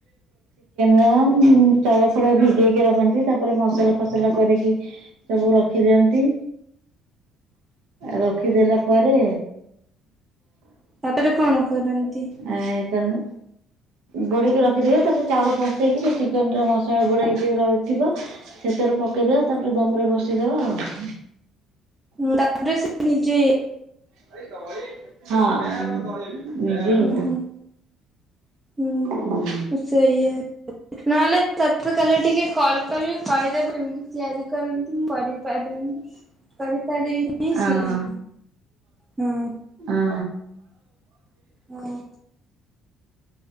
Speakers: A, on the right; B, on the right.
A: ର ଚାଉଳ, ଫାଉଳ ଭିଜେଇକି ରଖନ୍ତି ତାପରେ ମସଲା, ଫସଲା କରିକି। ସବୁ ରଖି ଦିଅନ୍ତି। ରଖି ଦେଲା ପରେ।
B: ତାପରେ କଣ କରନ୍ତି।
A: ଆ ହେ ଥର। ଗୁଡ଼େଇକି ରଖିଦେବେ ତାପରେ ଚାଉଳ ପସେଇକି ସେ ଚିକେନ୍‌ ର ମସଲା ଗୁଡେଇକି ରହିଥିବ। ସେଥରେ ପକେଇଦବା ତାପରେ ଦମ୍‌ରେ ବସେଇଦବା ଆଉ।
B: ହୁଁ ତାପରେ ସେ ନିଜେ।
A: ହଁ। ନିଜେ ହେଇଯିବ
B: ଉଁ ହୁଁ ହୁଁ।
A: ହୁଁ।
B: ସେଇ ଇଏ ନହେଲେ ତତେ କାଲି ଟିକେ କଲ୍ କରିବି କହିଦବୁ। କେମିତି ତିଆରି କରନ୍ତି ମୁଁ କରିପାରିନି କରିପାରିବି। ନାହିଁ ସେ
A: ଅ ହ ଅ ହ।
B: ହଁ
A: <inaudible>
B: ହଁ